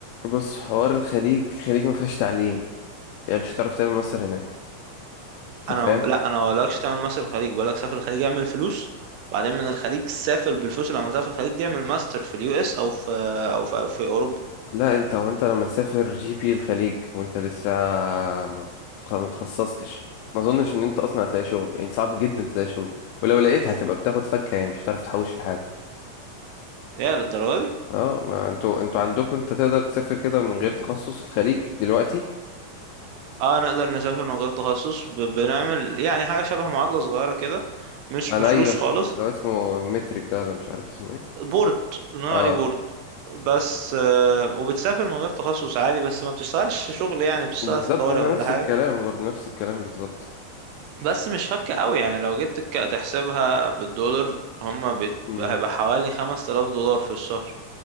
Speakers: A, on the left (about 85°); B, on the right (about 80°).
A: بص حوار الخليج الخليج ما فيهاش تعليم يعني مش هتعرف تعمل مصر هناك انت
B: انا
A: فاهم
B: لا انا بقولكش تعمل ماستر في الخليج بقولك سافر الخليج اعمل فلوس وبعدين من الخليج سافر بالفلوس اللي عملتها في الخليج دي اعمل ماستر في اليو اس او في او في, في اوروبا
A: لا انت هو انت لما تسافر جي بي الخليج وانت لسه ما ما اتخصصتش ما اظنش ان انت اصلا هتلاقي شغل يعني صعب جدا تلاقي شغل ولو لقيت هتبقى بتاخد فكه يعني مش هتعرف تحوش لحاجه
B: يا للدرجه دي
A: اه ما انتوا انتوا عندكم انت تقدر تسافر كده من غير تخصص الخليج دلوقتي
B: اه نقدر نسافر من غير تخصص ب- بنعمل يعني حاجه شبه معادله صغيره كده مش
A: انا
B: بفلوس
A: ايوه
B: خالص
A: لو اسمه مترك ده ولا مش عارف اسمه ايه
B: بورد بنقول
A: اه
B: عليه بورد بس آه، وبتسافر من غير تخصص عادي بس ما بتشتغلش شغل يعني بتشتغل
A: بالظبط
B: في طوارئ
A: احنا
B: ولا
A: نفس
B: حاجه
A: الكلام برضه نفس الكلام بالظبط
B: بس مش فكة قوي يعني لو جيت تك- تحسبها بالدولار هما بت-
A: امم
B: هيبقى حوالي 5000 دولار في الشهر